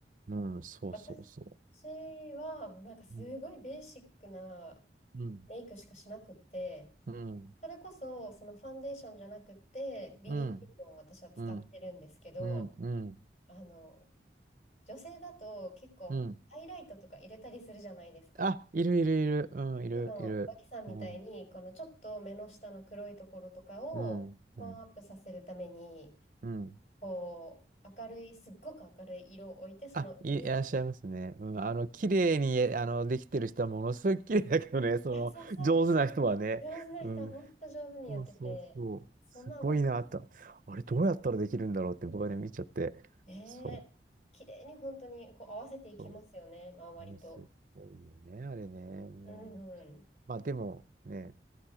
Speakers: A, on the right (about 45°); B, on the left (about 40°).
A: うん、そうそうそ
B: 私は、もうなんかすごいベーシックな
A: う。うん、うん、
B: メイクしかしなくって、
A: うん、
B: それこそ、そのファンデーションじゃなくて、BB
A: うん、
B: クリームを私は使ってるんですけど、
A: うん、うん、うん。
B: あの、女性だと結構ハイライトとか入れたりするじゃないですか。
A: うんあ、いるいるいる、うん、いるいる。
B: あの、脇さんみたいに、
A: うん、
B: このちょっと目の下の黒いところとかをトーンアップさせるために、
A: うん、うん、うん。
B: こう、明るい、すっごく明るい色を置いて、その上に、
A: あ、い、いらっしゃいますね。うん、あの、綺麗に、えあの、できてる人はものすごい綺麗だけどね、その、
B: あ、そうそう、
A: 上手な人はね。
B: 上手な人は本当上手にやってて、
A: うん。そうそうそう。
B: そんなんはちょっと
A: すごいなと。あれ、どうやったらできるんだろうって僕はね、見ちゃって。
B: ね、
A: そ
B: 綺麗に本当にこう合わせていきますよね、
A: う。そ
B: 周りと。
A: う。ね、すごいよね、あれね。うん。
B: うんうん。
A: まあ、でもね、